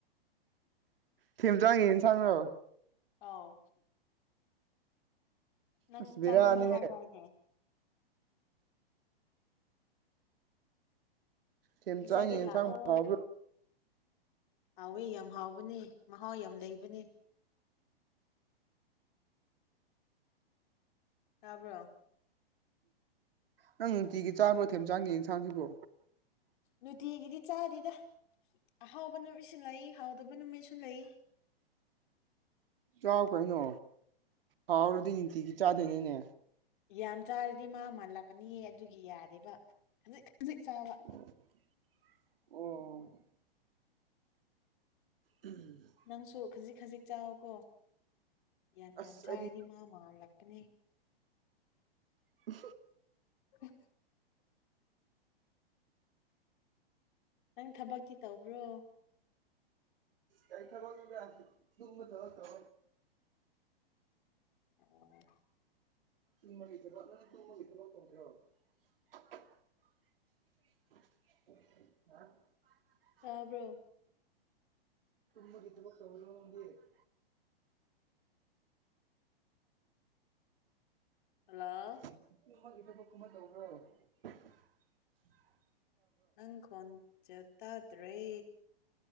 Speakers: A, on the right (about 65°); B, on the left (about 55°).
A: ꯊꯦꯝꯖꯥꯡꯉꯟꯁꯥꯡꯅꯣ
B: ꯑꯥꯎ ꯅꯪ
A: ꯑꯁ ꯕꯦꯔꯥꯅꯤꯍꯦ
B: ꯆꯥꯅꯤꯡꯉꯦ ꯍꯥꯏꯗꯥꯏꯅꯦ
A: ꯊꯦꯝꯆꯥꯡꯒꯤ
B: ꯄꯤꯖꯥꯒꯦꯂꯥ
A: ꯌꯦꯟꯁꯥꯡꯕꯨ
B: ꯑꯣ
A: ꯍꯥꯎꯕ꯭ꯔꯣ
B: ꯍꯥꯎꯋꯦ ꯌꯥꯝ ꯍꯥꯎꯕꯅꯤ ꯃꯍꯥꯎ ꯌꯥꯝ ꯂꯩꯕꯅꯤ ꯇꯥꯕ꯭ꯔꯣ
A: ꯅꯪ ꯅꯨꯡꯇꯤꯒꯤ ꯆꯥꯕ꯭ꯔꯣ ꯊꯦꯝꯆꯥꯡꯒꯤ ꯌꯦꯟꯁꯥꯡꯁꯤꯕꯣ
B: ꯅꯨꯡꯇꯤꯒꯤꯗꯤ ꯆꯥꯗꯦꯗ ꯑꯍꯥꯎꯕ ꯅꯨꯃꯤꯠꯁꯨ ꯂꯩ ꯍꯥꯎꯗꯕ ꯅꯨꯃꯤꯠꯁꯨ ꯂꯩ
A: ꯆꯥꯎꯥꯛ ꯀꯩꯅꯣ ꯍꯥꯎꯔꯗꯤ ꯅꯨꯡꯇꯤꯒꯤ ꯆꯥꯗꯣꯏꯅꯦꯅꯦ
B: ꯌꯥꯝ ꯆꯥꯔꯗꯤ ꯃꯥ ꯃꯥꯜꯂꯛꯀꯅꯤꯌꯦ ꯑꯗꯨꯒꯤ ꯌꯥꯗꯦꯕ ꯈꯖꯤꯛ ꯈꯖꯤꯛ ꯆꯥꯕ
A: ꯑꯣ ꯎꯝ
B: ꯅꯪꯁꯨ ꯈꯖꯤꯛ ꯈꯖꯤꯛ ꯆꯥꯎꯀꯣ ꯌꯥꯝ
A: ꯑꯁ
B: ꯌꯥꯝ ꯆꯥꯔꯗꯤ
A: ꯑꯩꯗꯤ
B: ꯃꯥ ꯃꯥꯜꯂꯛꯄꯅꯦ
A: ꯎ
B: ꯎ ꯅꯪ ꯊꯕꯛꯀꯤ ꯇꯧꯕ꯭ꯔꯣ
A: ꯌꯥ ꯊ ꯊ
B: ꯑꯣ
A: ꯆꯨꯡ ꯀ ꯀ <unintelligible>
B: ꯇꯥꯕ꯭ꯔꯣ
A: ꯃ ꯏ ꯆꯕ ꯅ <inaudible>
B: ꯍꯜꯂꯣ
A: ꯇꯥꯏ ꯇꯒ꯭ꯔ
B: ꯅꯪ ꯈꯣꯟꯖꯦꯟ ꯇꯥꯗ꯭ꯔꯦ